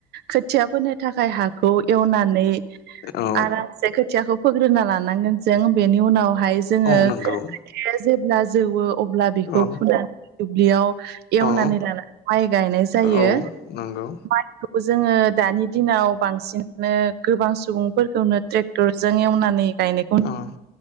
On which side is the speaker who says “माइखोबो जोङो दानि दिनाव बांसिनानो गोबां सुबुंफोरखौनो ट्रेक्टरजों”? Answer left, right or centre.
Right